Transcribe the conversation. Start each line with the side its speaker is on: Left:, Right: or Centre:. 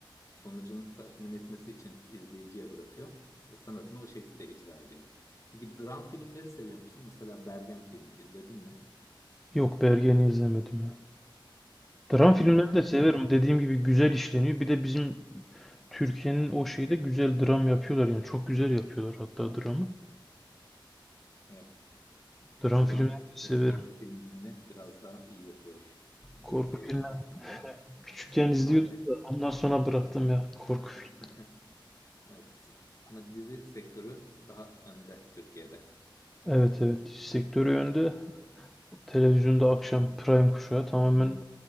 Left: sonucunu tahmin etmesi için izleyiciye bırakıyor ve sanatını o şekilde icra ediyor. Peki dram filmleri seviyor musun? Mesela Bergen filmi izledin mi?
Centre: Yok Bergen'i izlemedim ya. Dram
Left: Evet.
Centre: filmlerini de severim. Dediğim gibi güzel işleniyor. Bir de bizim Türkiye'nin o şeyde güzel dram yapıyorlar yani. Çok güzel yapıyorlar hatta dramı.
Left: Evet.
Centre: Dram
Left: Dram
Centre: filmlerini de severim.
Left: ve korku filmlerini biraz daha iyi yapıyor
Centre: Korku
Left: Türkiye'de
Centre: filmleri.
Left: insanlar.
Centre: Küçükken izliyordum
Left: Ama e,
Centre: da ondan sonra bıraktım ya korku filmi.
Left: <laughs> evet. Ama dizi sektörü daha önde Türkiye'de.
Centre: Evet evet sektörü önde. Televizyonda akşam prime kuşağı tamamen